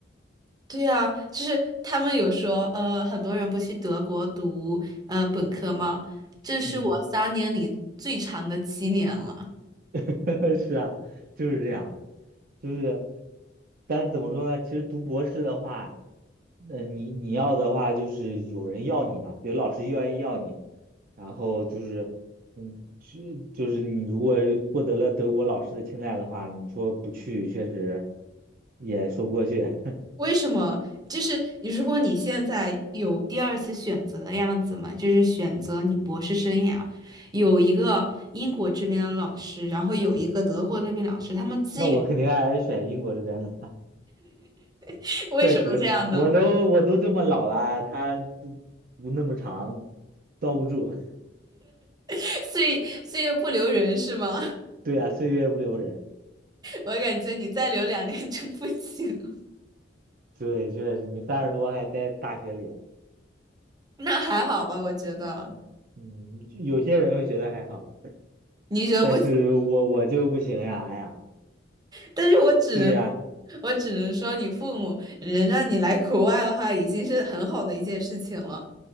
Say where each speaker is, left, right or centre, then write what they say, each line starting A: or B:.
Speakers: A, on the right; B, on the right.
A: 对啊，就是他们有说，呃，很多人不去德国读呃本科吗？这是我三年里最长的七年了。
B: 嗯，<laughs> 是啊，就是这样，就是，但是怎么说呢？其实读博士的话，那你你要的话就是有人要你嘛，有老师愿意要你，然后就是，嗯，是就是你如果是获得了德国老师的青睐的话，你说不去确实也说不过去。<laughs>
A: 为什么？就是如果你现在有第二次选择的样子嘛，就是选择你博士生涯，有一个英国这边的老师，然后有一个德国那边老师，他们自己
B: 那我肯定还是选英国这边的。
A: <laughs> 为什么这样呢？
B: 确实，我都我都这么老了，他这不那么长，遭不住。
A: <laughs> 岁岁月不留人是吗？<laughs>
B: <laughs> 对呀，岁月不留人。
A: 我感觉你再留两年就不行了
B: 对，确实，你三十多还在大学里，
A: <laughs> 那还好吧，我觉得
B: 嗯，就有些人会觉得还好，
A: 你觉得不，
B: 但是我我就不行呀，哎呀，
A: 但是我只能
B: 对呀，
A: 我只能说，你父母能让你来国外的话，已经是很好的一件事情了。